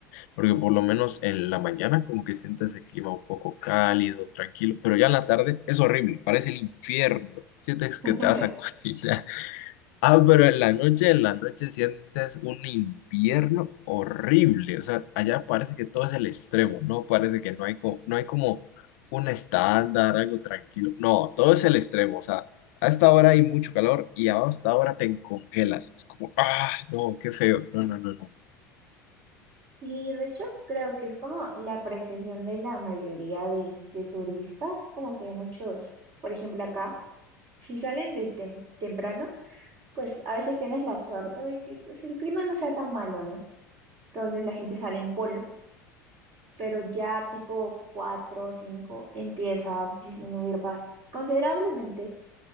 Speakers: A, on the left; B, on the right.
A: porque por lo menos en la mañana como que sientes el clima un poco cálido, tranquilo, pero ya en la tarde es horrible, parece el infierno, sientes
B: <laughs>
A: que te vas a <laughs> cocinar. Ah, pero en la noche, en la noche sientes un invierno horrible. O sea, allá parece que todo es el extremo, ¿no? Parece que no hay como, no hay como un estándar, algo tranquilo. No, todo es el extremo. O sea, a esta hora hay mucho calor y a esta hora te congelas. Es como, ah, no, qué feo. No, no, no, no.
B: Y de hecho creo que es como la apreciación de la mayoría de, de turistas, como que muchos, por ejemplo acá, si salen de tem- temprano, pues a veces tienes la suerte de que pues el clima no sea tan malo, ¿no? Entonces la gente sale en polo pero ya tipo 4 o 5 empieza a disminuir bas- considerablemente